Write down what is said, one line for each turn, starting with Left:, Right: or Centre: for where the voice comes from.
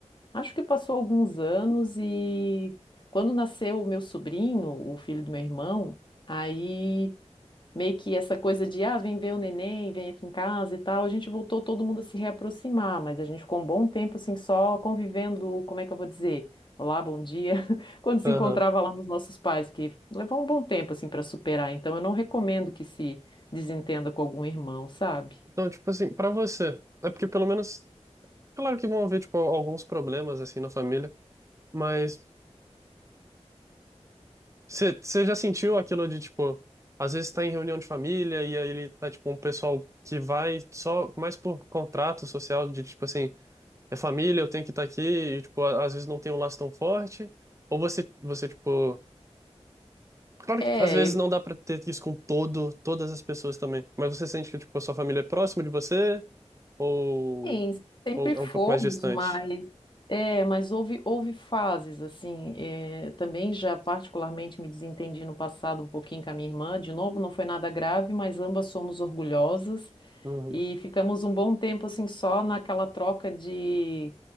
Left: acho que passou alguns anos e quando nasceu o meu sobrinho, o filho do meu irmão, aí meio que essa coisa de, ah, vem ver o neném, vem aqui em casa e tal, a gente voltou todo mundo a se reaproximar, mas a gente ficou um bom tempo assim só convivendo, como é que eu vou dizer? Olá, bom dia. <laughs> Quando se
Right: Aham.
Left: encontrava lá nos nossos pais, que levou um bom tempo assim para superar, então eu não recomendo que se desentenda com algum irmão, sabe?
Right: Então, tipo assim, pra você, é porque pelo menos, claro que vão haver, tipo, alguns problemas, assim, na família, mas você já sentiu aquilo de, tipo, às vezes tá em reunião de família e aí ele tá, tipo, um pessoal que vai só mais por contrato social, de, tipo assim, é família, eu tenho que estar aqui, e, tipo, a- às vezes não tem um laço tão forte, ou você, você, tipo, claro
Left: É,
Right: que às vezes não dá pra ter isso com todo, todas as pessoas também, mas você sente que, tipo, a sua família é próxima de você, ou,
Left: Sim, sempre
Right: ou
Left: fomos,
Right: é um pouco mais distante?
Left: mas é, mas houve, houve fases assim. é, também já particularmente me desentendi no passado um pouquinho com a minha irmã. De novo, não foi nada grave, mas ambas somos orgulhosas
Right: Uhum.
Left: e ficamos um bom tempo assim só naquela troca de